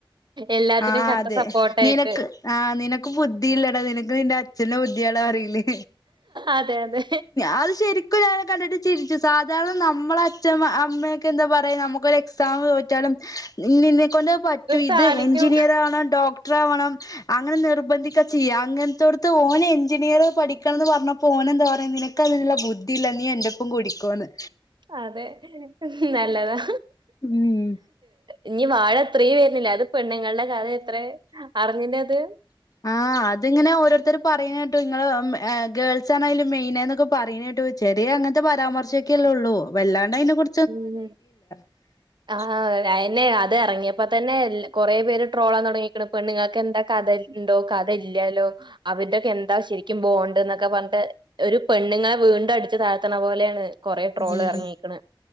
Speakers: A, on the right; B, on the left.
A: എല്ലാത്തിനും
B: ആഹ്
A: കട്ട
B: അതെ
A: സപ്പോർട്ടായിട്ട്
B: നിനക്ക് ആഹ് നിനക്ക് ബുദ്ധിയില്ലടാ നിനക്ക് നിന്റെ അച്ഛൻ്റെ ബുദ്ധിയാട പറയില്ലേ
A: അതെ, അതെ.
B: അത് ശരി ക്കും ഞാൻ കണ്ടിട്ട് ചിരിച്ചു സാധാരണ നമ്മളെ അച്ഛമ്മ അമ്മയൊക്കെ എന്താ പറയാ നമു എക്സാം തോറ്റാലും നിന്നെക്കൊണ്ട് അത് പറ്റൂ ഇത്
A: സാധിക്കും.
B: എ ണം ഡോക്ടർ ആവണം അങ്ങനെ നിർബന്ധിക്ക ചെയ്യ അങ്ങനത്തൊടുത്ത് ഓൻ എഞ്ചിനീയർ പഠിക്കണം എന്ന് പറഞ്ഞപ്പോ പോനെന്താ പറയാന്ന് നിനക്ക് അതിനുള്ള ബുദ്ധിയില്ല നീ എന്റെപ്പം കുടിക്കോന്ന്
A: അതെ നല്ലതാ
B: ഉം
A: ഇഞ്ഞി വാഴ ത്രീ വരുന്നില്ലേ അത് പെണ്ണുങ്ങളുടെ കഥ അത്രെ അറിഞ്ഞില്ലേത്
B: ആഹ് അത്ങ്ങനെ ഓരോരുത്തർ പറയണ കേട്ടോ നിങ്ങള് ഗേൾസ് ആണയ്‌ല് മെയിനെന്നൊക്കെ പറയണ കേട്ടു വെ ചെറിയ അങ്ങനത്തെ പരാമർശംക്കെല്ലേ ഉള്ളൂ വല്ലാണ്ട് അതിനെ കൊ
A: <inaudible>
B: <inaudible>
A: ആഹ് അതന്നെ അത് ഇറങ്ങിയപ്പോ തന്നെ കൊറേ പേര് ട്രോളാൻ തുടങ്ങയിക്കണ് പെണ്ണുങ്ങൾക്ക് എന്താ കഥ ഉണ്ടോ അഥ ഇല്ലാലോ അവരിടെക്കെ എന്താ ശരിക്കും ബോണ്ട് എന്നൊക്കെ പറഞ്ഞി ഒരു പെണ്ണുങ്ങളെ വീണ്ടും അടിച്ചു താഴ്ത്തണ പോലെയാണ് കുറെ ട്രോള്
B: ഉം
A: ഇറങ്ങിരിക്കണ്